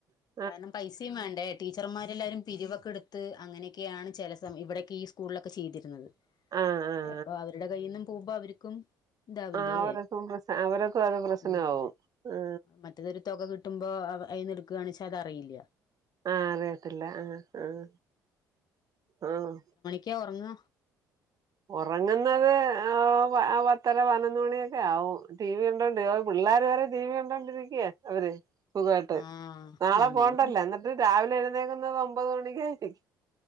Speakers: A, on the right; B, on the left.
A: ആഹ്
B: കാരണം പൈസ യും വേണ്ടേ ടീച്ചർമാരെല്ലാവരും പിരിവൊക്കെ എടുത്ത് അങ്ങനെയൊക്കെയാണ് ചില സമയം ഇവിടെയൊക്കെ ഈ സ്കൂളിലൊക്കെ ചെയ്തിരുന്നത്
A: ആഹ് ആഹ്
B: അപ്പൊ അവരുടെ കയ്യിൽ നിന്നും പോകുമ്പോ അവർക്കും ഇണ്ടാവില്ലേ
A: ആ അവരക്കും പ്രശ് അവരക്കും അത് പ്രശ്നമാവും
B: ഉം
A: ആ
B: മറ്റതൊരു തുക കിട് കിട്ടുമ്പോ അയിന്ന് ഇടുക്കുകയാണ വെച്ചാ അത് അറിയില്ല
A: ആഹ് അറിയത്തില്ല ആഹ് ആഹ് ആഹ്
B: ല്ല ഒറങ്ങാ
A: ഉറങ്ങുന്നത് ആ പത്തര പതിനൊന്ന് മണിയൊക്കെ ആവും ടി വി കണ്ടോണ്ട് പിള്ളാര് വരെ ടി വി കണ്ടോണ്ടിരിക്കുവ അവര് സുഖമായിട്ട്
B: ആഹ്
A: നാളെ
B: ഞങ്ങളും
A: പോകണ്ടല്ലോ എന്നിട്ട് രാവിലെ എഴുന്നേക്കുന്നത് ഒമ്പത് മണിക്കായിരിക്കും